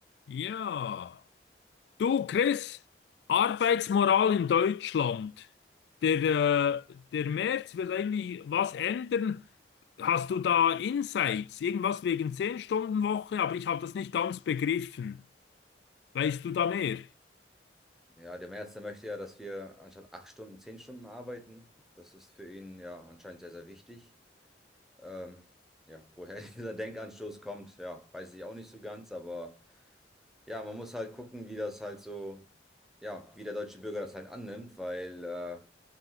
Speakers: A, on the left; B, in the centre.
A: Ja, du Chris, Arbeitsmoral in Deutschland. Der, äh, der Merz will irgendwie was ändern. Hast du da Insights? Irgendwas wegen zehn stunden woche aber ich habe das nicht ganz begriffen. Weißt du da mehr?
B: Ja, der Merz, der möchte ja, dass wir anstatt acht Stunden, zehn Stunden arbeiten. Das ist für ihn ja anscheinend sehr, sehr wichtig. Ähm, ja, woher <laughs> dieser Denkanstoß kommt, ja, weiß ich auch nicht so ganz, aber ja, man muss halt gucken, wie das halt so, ja, wie der deutsche Bürger das halt annimmt, weil äh,